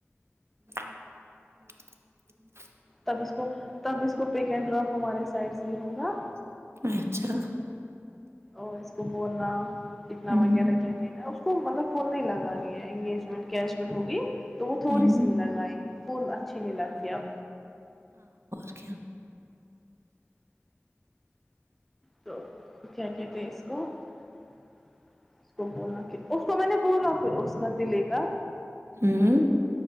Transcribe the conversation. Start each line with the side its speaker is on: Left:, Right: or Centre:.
Right: <unintelligible>
Centre: تب اس کو تب اس کو پیک اینڈ ڈراپ ہمارے سائڈ سے ہی ہوگا
Right: <inaudible>
Centre: اور اس کو بولنا کتنا
Right: ہوں
Centre: وغیرہ کیا نہیں نا کو مطلب فون نہیں لگانی ہے انگیجمنٹ کیشمٹ ہوگی تو وہ تھوڑی
Right: ہوں
Centre: سی ہی لگائیں گی تو اچھی نہیں لگتی اب
Right: آ کیا
Centre: تو کیا کہتے ہیں اس کو اس کو بولنا کہ اس کو میں نے بولا پھر اس کا دلے کا
Right: ہوں